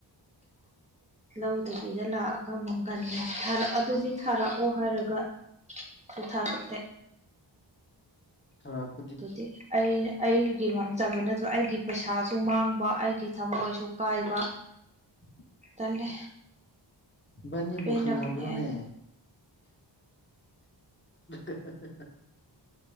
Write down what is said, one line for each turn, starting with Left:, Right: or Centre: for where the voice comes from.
Left: <inaudible>
Right: ꯂꯧꯗꯕꯤꯗ ꯂꯥꯛꯑꯒ ꯃꯪꯒꯟ ꯊꯥꯔꯛ ꯑꯗꯨꯗꯤ ꯊꯥꯔꯛꯑꯣ ꯍꯥꯏꯔꯒ ꯁꯨ ꯊꯥꯔꯛꯇꯦ
Left: ꯈ꯭ꯔꯞ
Right: ꯇꯨꯗꯤ ꯑꯩꯅ ꯑꯩꯒꯤ ꯃꯥꯡꯖꯕ ꯅꯠꯇ꯭ꯔꯣ ꯑꯩꯒꯤ ꯄꯩꯁꯥꯁꯨ ꯃꯥꯡꯕ ꯑꯩꯒꯤ ꯊꯃꯣꯏꯁꯨ ꯀꯥꯏꯕ
Left: <inaudible>
Right: ꯇꯜꯂꯦ
Left: ꯏꯕꯥꯟꯅꯤꯕꯨ
Right: ꯄꯦꯜꯂꯕꯅꯦ
Left: ꯈꯪꯅꯕ꯭ꯔꯣꯅꯦ
Right: ꯑꯩ
Left: <unintelligible>